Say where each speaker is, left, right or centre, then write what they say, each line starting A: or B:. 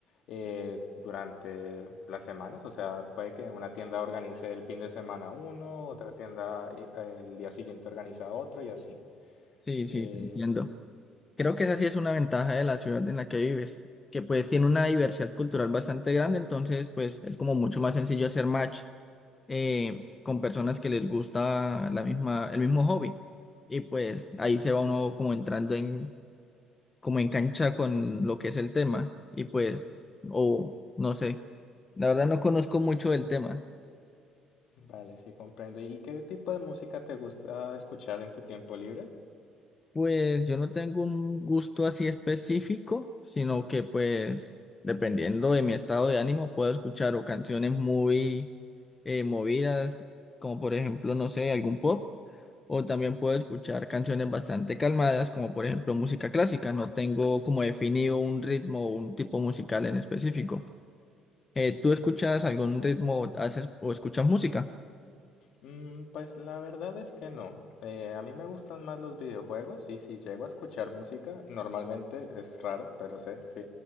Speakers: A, on the left; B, on the left.
A: eh, durante las semanas, o sea, puede que una tienda organice el fin de semana uno, otra tienda eh, el día siguiente organiza otro y así.
B: sí, sí,
A: Eh,
B: te entiendo.
A: sí.
B: Creo que esa sí es una ventaja de la ciudad en la que vives, que pues tiene una diversidad cultural bastante grande, entonces pues es como mucho más sencillo hacer match eh, con personas que les gusta la misma, el mismo hobby. Y pues ahí se va uno como entrando en, como en cancha con lo que es el tema. Y pues, o no sé, la verdad no conozco mucho del tema.
A: Vale, sí comprendo. ¿Y qué tipo de música te gusta escuchar en tu tiempo libre?
B: Pues yo no tengo un gusto así específico, sino que pues dependiendo de mi estado de ánimo puedo escuchar o canciones muy eh, movidas, como por ejemplo, no sé, algún pop, o también puedo escuchar canciones bastante calmadas, como por ejemplo música clásica. No tengo como definido un ritmo o un tipo musical en específico. Eh, ¿tú escuchas algún ritmo, haces o escuchas música?
A: Mm, pues la verdad es que no. Eh, a mí me gustan más los videojuegos y si llego a escuchar música, normalmente es raro, pero sé, sí.